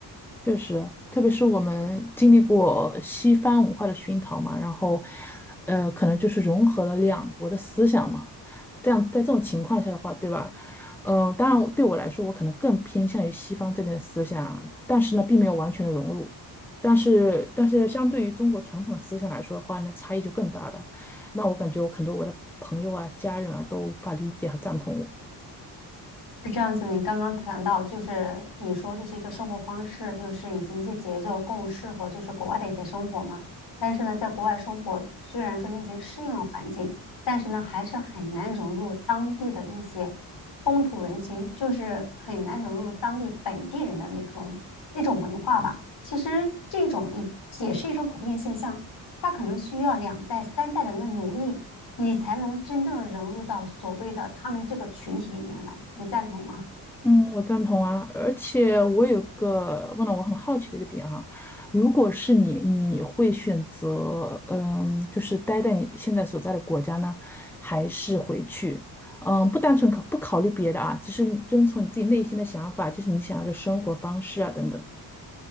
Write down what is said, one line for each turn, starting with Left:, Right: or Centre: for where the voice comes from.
Centre: 确实，特别是我们经历过西方文化的熏陶嘛，然后，呃，可能就是融合了两国的思想嘛。这样，在这种情况下的话，对吧？呃，当然，对我来说，我可能更偏向于西方这边的思想，但是呢，并没有完全的融入。但是，但是相对于中国传统的思想来说的话，那差异就更大了。那我感觉我很多我的朋友啊、家人啊都无法理解和赞同我。
Left: 是这样子的，你刚刚谈到，就是你说就是一个生活方式，就是以及一些节奏更适合就是国外的一些生活嘛。但是呢，在国外生活，虽然说你已经适应了环境，但是呢，还是很难融入当地的一些风土人情，就是很难融入当地本地人的那种那种文化吧。其实这种也也是一种普遍现象，它可能需要两代、三代人的努力。你才能真正融入到所谓的他们这个群体里面来，你赞同吗？
Centre: 嗯，我赞同啊，而且我有个问了我很好奇的一个点啊，如果是你，你会选择嗯，就是待在你现在所在的国家呢，还是回去？嗯，不单纯考不考虑别的啊，只是遵从你自己内心的想法，就是你想要的生活方式啊等等。